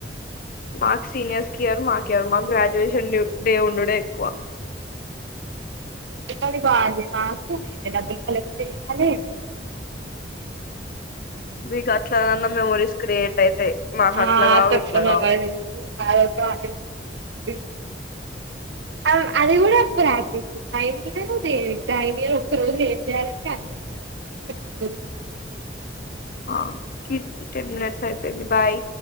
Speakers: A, on the left (about 50°); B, on the right (about 80°).
A: మార్క్స్ సీనియర్స్ కి ఇయ్యరు మాకు ఇయ్యరు మాకు గ్రాడ్యుయేషన్ డే ఒక డే ఉండుడే ఎక్కువ
B: పనిపోవాలి మాకు నే డబ్బులు కలెక్ట్ చెయాలి నే
A: మీకు అట్లన్న మెమరీస్ క్రియేట్ అయితాయి మాకు
B: ఆ
A: అట్ల కావు
B: తక్కువ
A: ఇట్లా కావు
B: <inaudible> అమ్మ అది కూడా ప్రాథ టైన్ర్ టైన్లు ఒక్క రోజులు ఏం చేయాలంటే అన్న చేస్తాం ఒక్క రోజులు
A: ఆ కీర్తి టెన్ మినిట్స్ అయిపోయింది బాయ్